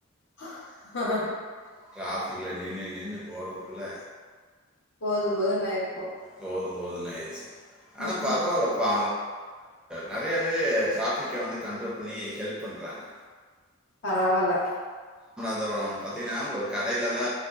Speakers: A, on the left (about 60°); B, in the centre.
A: ஹ <unintelligible>
B: டிராஃபிக்கல நின்னு நின்னு போறக்குல்ல
A: போதும் போதும்னு ஆகியிருக்கு
B: போதும் போதும்னு ஆயிருச்சு ஆனா
A: ம்
B: பரவாயில்லப்பா
A: ம்
B: நிறையவே ட்ராஃபிக்க வந்து கண்ட்ரோல் பண்ணி ஹெல்ப் பண்றாங்க
A: பரவாயில்ல
B: <unintelligible> பாத்தீனா ஒரு கடையிலதா